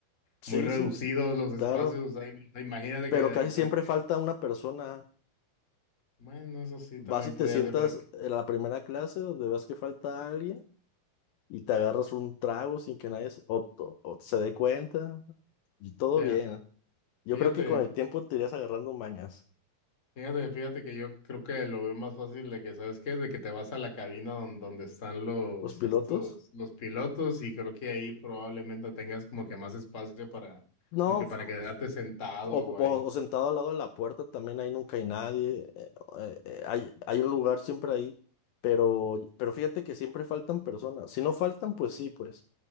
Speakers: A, on the left (about 70°); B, on the left (about 20°).
A: Sí,
B: muy reducidos
A: sí,
B: los espacios,
A: claro.
B: o sea, im- imagínate
A: Pero
B: que de
A: casi
B: repente,
A: siempre falta una persona.
B: bueno, eso sí
A: Vas
B: también
A: y
B: podría
A: te sientas
B: ser, pero
A: en la primera clase donde ves que falta alguien. y te agarras un trago sin que nadie se, o, o- o se dé cuenta y todo
B: fea-
A: bien. Yo
B: fíjate,
A: creo que con el
B: fí-
A: tiempo te irías agarrando mañas.
B: fíjate, fíjate que yo creo que lo veo más fácil de que, ¿sabes qué? De que te vas a la cabina don- donde están los,
A: Los pilotos,
B: estos, los pilotos y creo que ahí probablemente tengas como que más espacio para,
A: no,
B: como que
A: f-
B: para quedarte sentado,
A: o, o-
B: o ahí
A: o sentado al lado de la puerta también ahí nunca hay nadie, eh, eh, eh, hay, hay un lugar siempre ahí, pero, pero fíjate que siempre faltan personas. Si no faltan, pues sí, pues.